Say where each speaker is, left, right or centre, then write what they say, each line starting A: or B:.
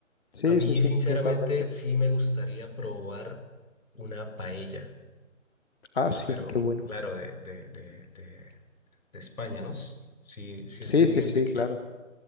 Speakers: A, on the left; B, on the left.
A: Sí,
B: A mí,
A: sí, sí,
B: sinceramente,
A: totalmente.
B: sí me gustaría probar una paella,
A: Ah, sí,
B: pero
A: qué bueno.
B: claro, de, de, de, de, de España, ¿no? S- Sí, sí
A: Sí,
B: estoy bien
A: sí,
B: de
A: sí,
B: que,
A: claro.